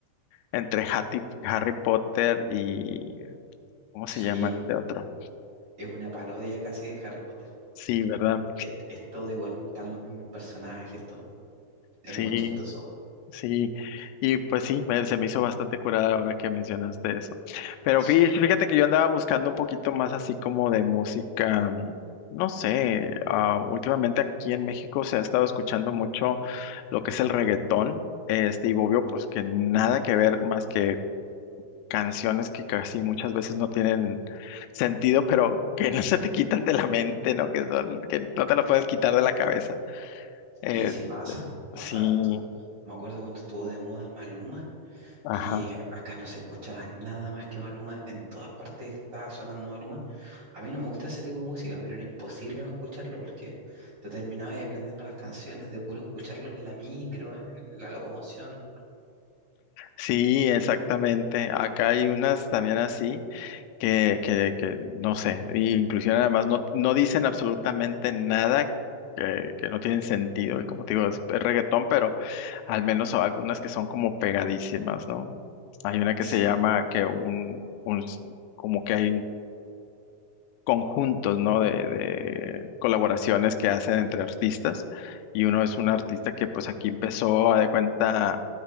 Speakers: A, on the left (about 85°); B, on the right (about 45°).
A: entre Hattie- Harry Potter y, ¿cómo se
B: Sí,
A: llama este otro?
B: es una parodia casi de Harry Potter.
A: Sí, ¿verdad?
B: Es, es todo igual, están los mismos personajes, todo. Es
A: Sí,
B: muy chistoso.
A: Sí, y pues sí, me- se me hizo bastante curada ahora que mencionaste eso. Pero fí-
B: Sí,
A: fíjate que yo andaba buscando un poquito más así como de música, mm, no sé, ah, últimamente aquí en México se ha estado escuchando mucho lo que es el reggaetón, este, y obvio pues que nada que ver más que canciones que casi muchas veces no tienen sentido, pero que no se te quitan de la mente, ¿no? Que son, que no te las puedes quitar de la cabeza.
B: sí,
A: Eh,
B: sí pasa, pasa
A: sí,
B: harto. Me acuerdo cuando estuvo de moda Maluma
A: ajá.
B: y eh, acá no se escuchaba nada más que Maluma, en todas partes estaba sonando Maluma. A mí no me gusta ese tipo de música, pero era imposible no escucharlo porque te terminabas aprendiendo las canciones de puro escucharlos en la micro, en la locomoción.
A: Sí, exactamente. Acá hay unas también así que, que, que no sé, y inclusive además no, no dicen absolutamente nada que, que no tienen sentido. Y como te digo, es, es reggaetón, pero al menos hay algunas que son como pegadísimas, ¿no? Hay una que
B: Sí.
A: se llama que un, un s- como que hay conjuntos, ¿no? De, de colaboraciones que hacen entre artistas. Y uno es un artista que pues aquí empezó, a de cuenta,